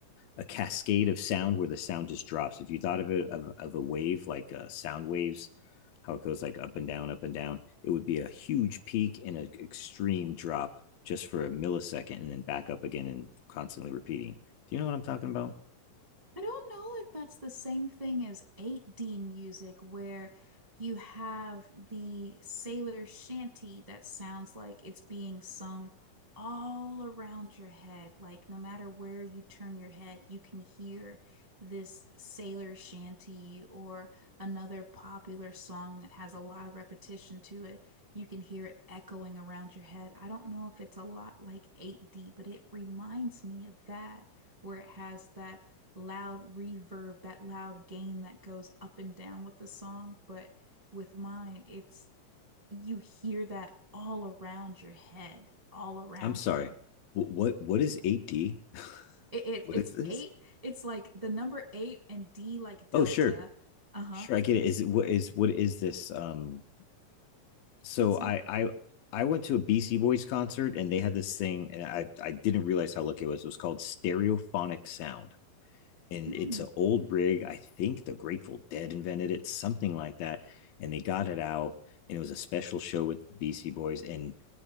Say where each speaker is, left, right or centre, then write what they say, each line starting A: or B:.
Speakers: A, on the left (about 80°); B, on the right (about 45°).
A: a cascade of sound where the sound just drops if you thought of it of, of a wave like uh, sound waves how it goes like up and down up and down it would be a huge peak and an extreme drop just for a millisecond and then back up again and constantly repeating do you know what i'm talking about
B: I don't know if that's the same thing as 8D music, where you have the sailor shanty that sounds like it's being sung all around your head. Like, no matter where you turn your head, you can hear this sailor shanty or another popular song that has a lot of repetition to it. You can hear it echoing around your head. I don't know if it's a lot like 8D, but it reminds me of that, where it has that loud reverb, that loud gain that goes up and down with the song. But with mine, it's you hear that all around your head, all around
A: i'm sorry
B: you.
A: Wh- what what is 8d <laughs>
B: It, it
A: What
B: it's
A: is this?
B: eight. It's like the number eight and D like delta.
A: oh sure
B: Uh-huh.
A: Sure, I get it. Is it what is what is this? Um, so
B: It's
A: I I I went to a BC Boys concert and they had this thing, and I I didn't realize how lucky it was. It was called stereophonic sound, and
B: mm,
A: it's an old rig. I think the Grateful Dead invented it, something like that, and they got it out, and it was a special show with BC Boys, and